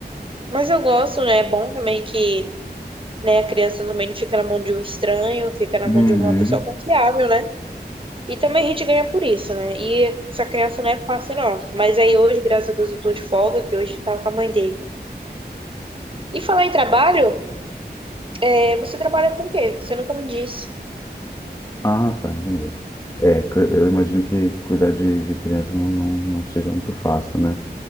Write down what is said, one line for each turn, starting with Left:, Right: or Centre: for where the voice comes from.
Right: Mas eu gosto, né? É bom também que, né, a criança também não fica na mão de um estranho, fica na
Left: Uhum.
Right: mão de uma pessoa confiável, né? E também a gente ganha por isso, né? E essa criança não é fácil, não. Mas aí hoje, graças a Deus, eu tô de folga, que hoje tava com a mãe dele. E falar em trabalho, é, você trabalha com o quê? Você nunca me disse.
Left: Ah, tá, entendeu. É, cu- eu imagino que cuidar de, de criança não, não, não seja muito fácil, né?